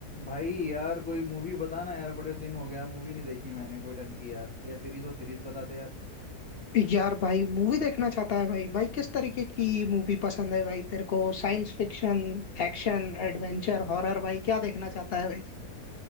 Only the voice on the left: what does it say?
यार भाई मूवी देखना चाहता है भाई भाई किस तरीके की मूवी पसंद है भाई तेरे को Science fiction action adventure horror भाई क्या देखना चाहता है भाई